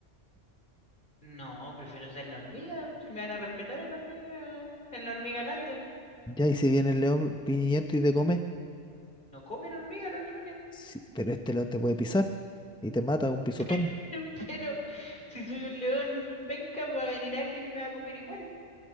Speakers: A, on the left (about 40°); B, in the centre.
A: no, prefiero ser la hormiga. Si me van a respetar en la hormiga, en la hormigalandia.
B: Ya, y si viene el león piñiento y te come,
A: No comen hormiga los leones.
B: sí, pero este león te puede pisar y te mata de un pisotón.
A: <laughs> Pero si soy un león penca, va a venir alguien y me va a comer igual.